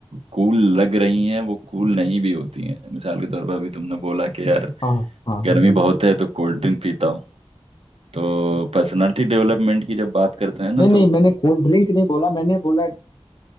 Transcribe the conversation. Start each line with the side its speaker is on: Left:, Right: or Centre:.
Right: कूल लग रही हैं वो कूल नहीं भी होती हैं मिसाल के तौर पर अभी तुमने बोला कि यार
Left: हाँ हाँ
Right: गर्मी
Left: बिल्कुल
Right: बहुत है तो कोल्ड ड्रिंक पीता हूँ तो पर्सनालिटी डेवलपमेंट की जब बात करते हैं ना
Left: नहीं नहीं
Right: तो
Left: मैंने कोल्ड ड्रिंक नहीं बोला मैंने बोला